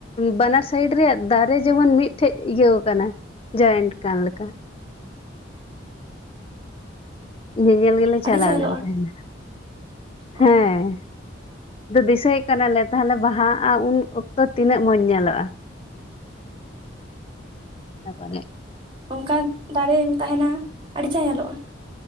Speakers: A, on the left; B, on the right.
A: ᱵᱟᱱᱟᱨ ᱥᱟᱭᱤᱰ ᱨᱮᱭᱟᱜ ᱫᱟᱨᱮ ᱡᱮᱢᱚᱱ ᱢᱤᱫ ᱴᱷᱮᱡ ᱤᱭᱟᱹ ᱟᱠᱟᱱᱟ ᱾ ᱡᱚᱭᱮᱱᱴ ᱠᱟᱱ ᱞᱮᱠᱟ ᱧᱮᱧᱮᱞ ᱜᱮᱞᱮ
B: ᱟᱹᱰᱤ
A: ᱪᱟᱞᱟᱣ
B: ᱪᱮᱦᱨᱟ ᱧᱮᱞᱚᱜᱼᱟ
A: ᱞᱮᱱ ᱛᱟᱦᱮᱱᱟ
B: ᱚ
A: ᱦᱮᱸ ᱫᱤᱥᱟᱹᱭᱮᱫ ᱠᱟᱱᱟᱞᱮ ᱛᱟᱦᱚᱞᱮ ᱵᱟᱦᱟ ᱟᱨ ᱩᱱ ᱚᱠᱛᱚ ᱛᱤᱱᱟᱹᱜ ᱢᱚᱸᱡᱽ ᱧᱮᱞᱚᱜᱼᱟ ᱾ ᱵᱟᱵᱟ ᱨᱮ
B: ᱚᱱᱠᱟ ᱫᱟᱨᱮ ᱛᱟᱦᱮᱱᱟ ᱟᱹᱰᱤ ᱪᱟ ᱧᱮᱞᱚᱜᱼᱟ ᱾